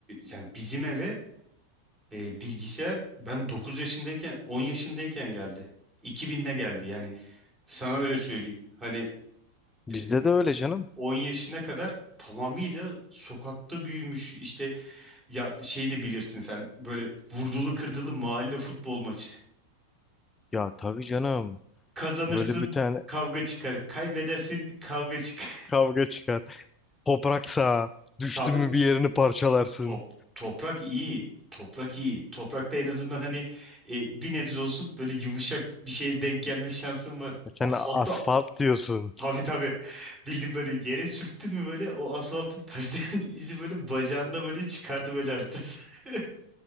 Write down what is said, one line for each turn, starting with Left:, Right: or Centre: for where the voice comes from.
Right: yani bizim eve e, bilgisayar ben dokuz yaşındayken 10 yaşındayken geldi. iki binde geldi yani sana öyle söyleyeyim. Hani
Left: Bizde
Right: e,
Left: de öyle canım.
Right: 10 yaşına kadar tamamıyla sokakta büyümüş işte ya şey de bilirsin sen böyle vurdulu kırdılı mahalle futbol maçı.
Left: Ya tabii canım.
Right: Kazanırsın
Left: Böyle bir tane
Right: kavga çıkar kaybedersin kavga çıkar.
Left: kavga çıkar. Toprak sağ. Düştün
Right: <laughs> Tabii
Left: mü bir yerini parçalarsın.
Right: Top, toprak iyi. Toprak iyi. Toprakta en azından hani e, bir nebze olsun böyle yumuşak bir şeye denk gelme şansın var.
Left: Ya Sen
Right: Asfaltta
Left: asfalt diyorsun.
Right: tabii tabii. Bildim böyle yere sürttün mü böyle o asfaltın taşların <laughs> izi böyle bacağında böyle çıkardı böyle haritası. <laughs>